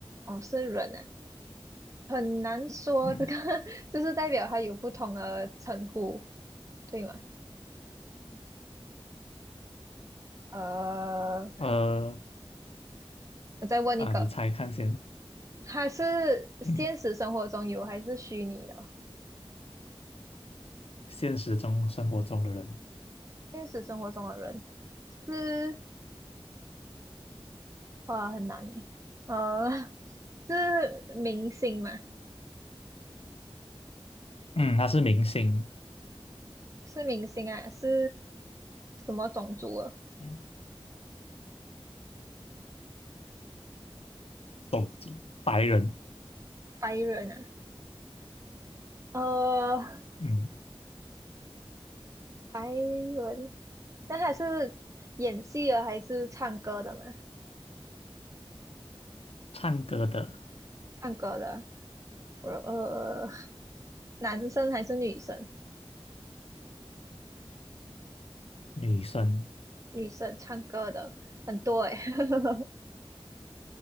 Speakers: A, on the right; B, on the left.
A: 哦，是人啊，很难说这个，
B: 嗯，
A: <laughs> 就是代表它有不同的称呼，对吗？呃，
B: 呃
A: 我再问一个，
B: 啊，你猜看先，
A: 它是现实生活中有还是虚拟的？
B: 嗯，现实中生活中的人，
A: 现实生活中的人是，哇，很难诶。呃，<laughs> 是明星嘛？
B: 嗯，他是明星，
A: 是明星啊，是什么种族啊？
B: 嗯，懂白人，
A: 白人啊？呃，
B: 嗯，
A: 白文，那他是演戏的还是唱歌的嘛？
B: 唱歌的。
A: 唱歌的，呃，呃男生还是女生？
B: 女生，
A: 女生唱歌的很多诶、<laughs>